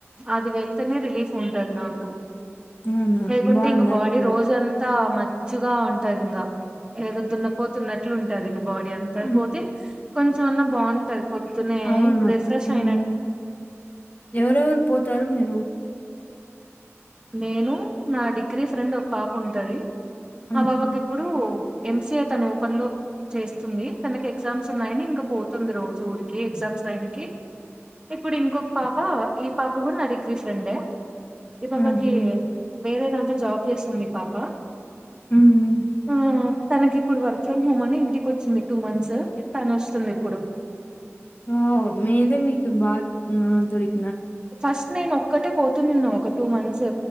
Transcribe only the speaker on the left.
అవునా
బాగుందా
ఇప్పుడు
ఉమ్,
అవును
ఉమ్, ఎవరెవరు పోతారు మీరు
ఆహా
ఆహా
ఉహు
వావ్ మేలే మీకు బాగ్ నా దొరిక్